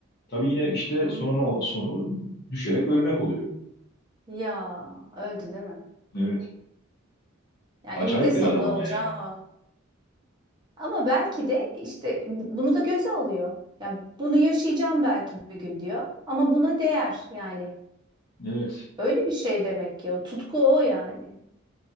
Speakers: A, on the left; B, on the right.
A: Tabii yine işte
B: Hı.
A: sonu ne o- sonu düşerek ölmek oluyor.
B: Ya öldü değil mi?
A: Evet.
B: Ya
A: Acayip
B: eninde sonunda
A: bir adam ama
B: olacağı.
A: yani.
B: o. Ama belki de işte bu- bunu da göze alıyor. Yani bunu yaşayacağım belki bir gün diyor. Ama buna değer yani.
A: Evet.
B: Öyle bir şey demek ki o tutku o yani.